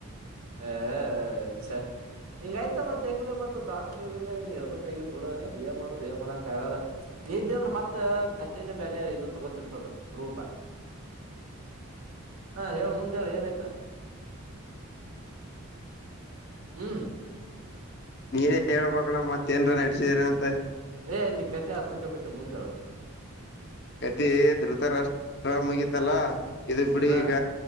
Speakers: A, on the right (about 80°); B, on the left (about 50°).
A: ಹ ಅಛಾ ಹಂಗ ಆಯ್ತಾ ಮತ್ತೆ ಹೆಂಗ್ ಮತ್ತ ದಾ ನೀ ಎರ್ಬಬೇಕಕ್ ಆಗಿತ್ ನೋಡ ಏ ಮಾಡುದ್ ಏ ಮಾಡಕ್ ಆಗಲ್ಲ ನಿದ್ದೆ ಅಂದ್ರೆ ಮತ್ತ ಕಥೆನೆೇ ಬೇರೆ ಇದು ತಗೋತಿತ್ತದ ರೂಪ
B: <unintelligible>
A: ಹಾ ಹೇಳಳ್ ಮುಂದೆೇಳಿ ಏನಾಯ್ತಾ ಹ್ಮ್
B: ನೀ ಹೇಳ್ಬಣ ಮತ್ತೇಏನ್ರ ನಡ್ಸಿದೀನ ಅಂತೆ
A: ಏ್ ನೀ ಕತೆೆ ಅರ್ಧಕ ಬಿಟ್ಟು ಮುಂದೇಳು
B: ಅದ ಧೃತ ರಾಷ್ಟ್ರ ಮುಗತಲ್ಲಾ ಇದು ಬಿಡಿ
A: ಹಾ
B: ಈಗ